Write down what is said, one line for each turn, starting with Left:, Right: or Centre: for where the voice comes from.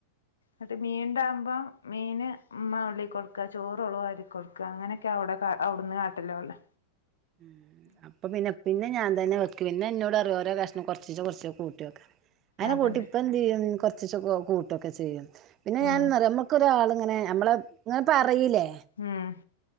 Left: ന്ന്ട്ട് മീൻണ്ടാവുംമ്പ മീന് ഇമ്മ നുള്ളി കൊട്ക്ക ചോറോള് വാരികൊട്ക്ക അങ്ങനെ ക്കവടെ കാ അവ്ട്ന്ന് കാട്ടല് ഓളെ
Right: ഉം അപ്പപിന്നെ പിന്നെ ഞാൻതന്നെ വെക്ക് പിന്നേ ന്നോട്റിം ഓരോ കഷ്ണം കൊർചീച്ചേ കൊർചീച്ചേ കൂട്ടിയോക്ക്റിം അങ്ങനേ
Left: അതന്നെ
Right: കൂട്ടി പ്പ ന്തിയ്യും കൊർച്ചീചെ കൂ കൂട്ട്ഒക്കചെയ്യും പിന്നെ ഞാൻന്തറിയോ
Left: ഉം
Right: നമ്മക്കൊരാള്ങ്ങനെ നമ്മളെ ങ്ങനെ പറയീലെ.
Left: ഉം.